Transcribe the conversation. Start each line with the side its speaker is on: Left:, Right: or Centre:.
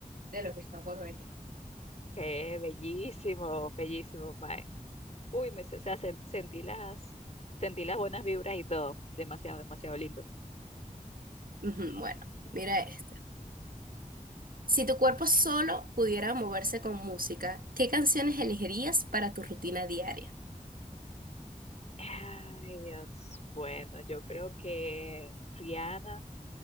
Right: de lo que está por venir.
Left: qué bellísimo, bellísimo, Mae. Uy, me, se- o sea, sen- sentí las, sentí las buenas vibras y todo. Demasiado, demasiado lindo.
Right: Ujú, Bueno, mira este. Si tu cuerpo solo pudiera moverse con música, ¿qué canciones elegirías para tu rutina diaria?
Left: Ay, Dios. Bueno, yo creo que Rihanna,